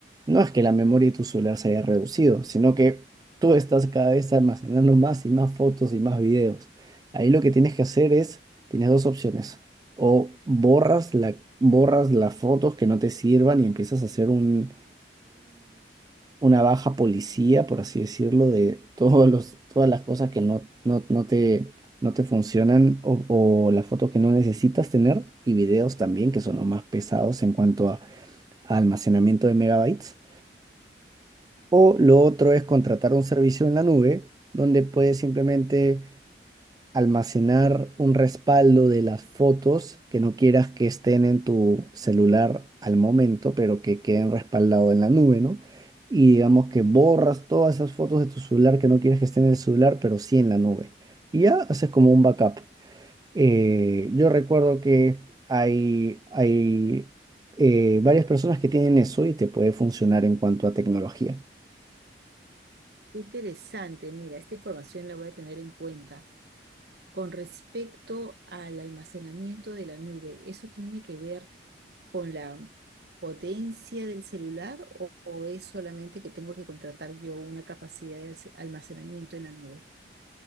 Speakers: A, on the right; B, on the right.
A: no es que la memoria de tu celular se haya reducido, sino que tú estás cada vez almacenando más y más fotos y más videos. Ahí lo que tienes que hacer es, tienes dos opciones. O borras la, borras las fotos que no te sirvan y empiezas a hacer un, una baja policía, por así decirlo, de todos los, todas las cosas que no, no, no te, no te funcionan o, o las fotos que no necesitas tener y videos también, que son los más pesados en cuanto a, a almacenamiento de megabytes. O lo otro es contratar un servicio en la nube donde puedes simplemente almacenar un respaldo de las fotos que no quieras que estén en tu celular al momento, pero que queden respaldados en la nube, ¿no? Y digamos que borras todas esas fotos de tu celular que no quieres que estén en el celular, pero sí en la nube. Y ya haces como un backup. Eh, yo recuerdo que hay, hay eh, varias personas que tienen eso y te puede funcionar en cuanto a tecnología.
B: Interesante, mira, esta información la voy a tener en cuenta. Con respecto al almacenamiento de la nube, ¿eso tiene que ver con la potencia del celular o, o es solamente que tengo que contratar yo una capacidad de alce- almacenamiento en la nube?